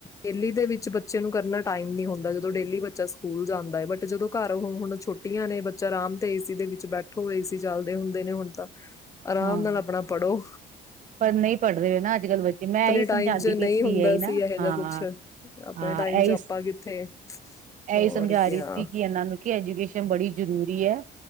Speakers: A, on the left; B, on the right.
A: ਡੇਲੀ ਦੇ ਵਿੱਚ ਬੱਚੇ ਨੂੰ ਕਰਨਾ ਟਾਈਮ ਨੀ ਹੁੰਦਾ ਜਦੋਂ ਡੇਲੀ ਬੱਚਾ ਸਕੂਲ ਜਾਂਦਾ ਹੈ ਬਟ ਜਦੋਂ ਘਰ ਹੁ ਛੋਟੀਆਂ ਨੇ ਬੱਚਾ ਆਰਾਮ ਤੇ ਏਸੀ ਦੇ ਵਿੱਚ ਬੈਠੋ ਏਸੀ ਚੱਲਦੇ ਹੁੰਦੇ ਨੇ ਹੁਣ ਤਾਂ ਆਰਾਮ
B: ਹਾਂ
A: ਨਾਲ ਆਪਣਾ ਪੜੋ।
B: ਪਰ ਨਹੀਂ ਪੜਰੇ ਨਾਂ ਅੱਜ ਕੱਲ ਬੱਚੇ ਮੈਂ ਇਹੀ ਸਮਝਾਂਦੀ
A: ਟਾਈਮ 'ਚ ਨਹੀਂ
B: ਪੀ ਸੀ
A: ਹੁੰਦਾ
B: ਐਹੀ ਨਾ
A: ਇਹੋ ਜਿਹਾ
B: ਹਾਂ
A: ਕੁਛ ਆਪਣੇ
B: ਹਾਂ
A: ਟਾਈਮ
B: ਇਹੀ
A: 'ਚ ਆਪਾਂ ਕਿੱਥੇ ਹੋਰ
B: ਇਹੀ ਸਮਝਾ
A: ਕਿਆ
B: ਰਹੀ ਸੀ ਕੀ ਇਹਨਾਂ ਨੂੰ ਕੀ ਐਜੂਕੇਸ਼ਨ ਬੜੀ ਜ਼ਰੂਰੀ ਹੈ